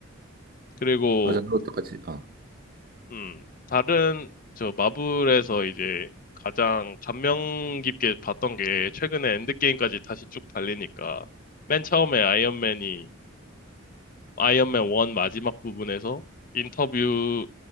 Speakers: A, on the left (about 45°); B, on the right (about 50°).
A: 그리고
B: 맞아, 너도 똑같이. 어.
A: 음, 다른, 저, 마블에서 이제 가장 감명 깊게 봤던 게 최근에 엔드게임까지 다시 쭉 달리니까 맨 처음에 아이언맨이, 아이언맨 1 마지막 부분에서 인터뷰